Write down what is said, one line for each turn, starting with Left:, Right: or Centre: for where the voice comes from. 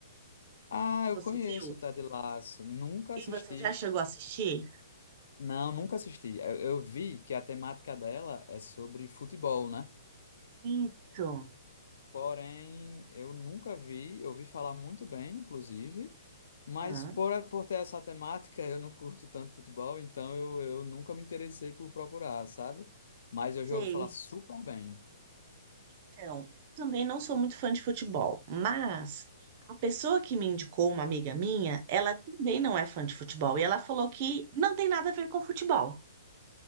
Left: Ah, eu
Right: Você
Left: conheço
Right: viu?
Left: o Ted Lasso. Nunca
Right: E
Left: assisti.
Right: você já chegou a assistir?
Left: Não, nunca assisti. Eu, eu vi que a temática dela é sobre futebol, né?
Right: Isso.
Left: Porém, eu nunca vi, eu ouvi falar muito bem, inclusive, mas
Right: Hum,
Left: por, por ter essa temática, eu não curto tanto futebol, então eu, eu nunca me interessei por procurar, sabe? Mas eu
Right: sei.
Left: já ouvi falar super bem.
Right: Então, eu também não sou muito fã de futebol, mas a pessoa que me indicou, uma amiga minha, ela também não é fã de futebol e ela falou que não tem nada a ver com futebol.